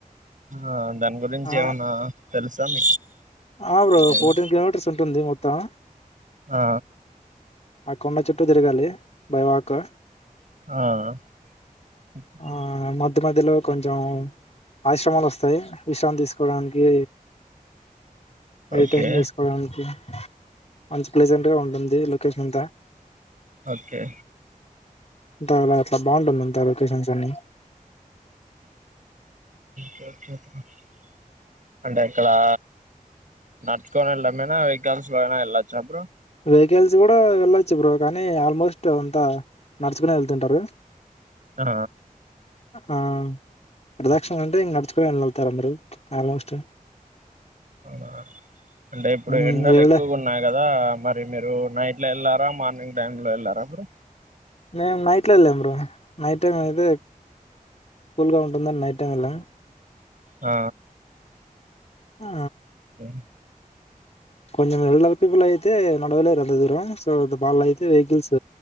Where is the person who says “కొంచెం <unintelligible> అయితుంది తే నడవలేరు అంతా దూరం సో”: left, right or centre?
Left